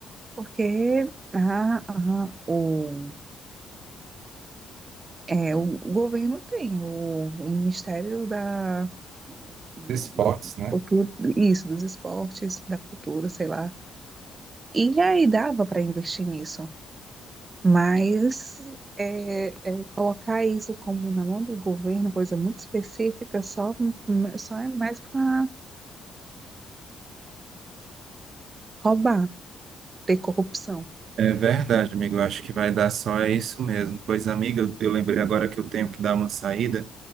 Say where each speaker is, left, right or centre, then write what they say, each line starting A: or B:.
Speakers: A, on the right; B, on the right.
A: Porque a, a- o, é, o governo tem, o, o Ministério da, do,
B: os esportes, né?
A: Cultura- isso, dos esportes, da cultura, sei lá. E aí dava para investir nisso. Mas é, é, colocar isso como na mão do governo, coisa muito específica, só, só é mais para roubar, ter corrupção.
B: É verdade, amigo. Eu acho que vai dar só é isso mesmo. Pois, amiga, eu eu lembrei agora que eu tenho que dar uma saída.